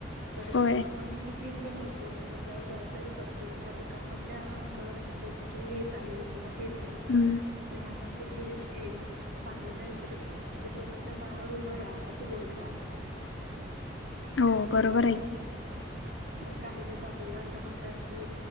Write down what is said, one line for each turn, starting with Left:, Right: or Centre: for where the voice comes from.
Right: परत
Left: होय
Right: म आपण डिसि प्लिन पण होतो म्हणजे आपल्यावर जबाबदारी पडते एखादं काम आपल्या अंगावर असते की तू हे चालव किंवा हे
Left: हम्म
Right: भयानंद <unintelligible> तर तू हे चांगलं काय तरे स्वतःच्या <unintelligible> पायावर उभं रा असं बोलतात
Left: हो
Right: बरोबर
Left: आहे
Right: ना
Left: की.
Right: ज काही लोक आपल्याला अस म्हणतात की,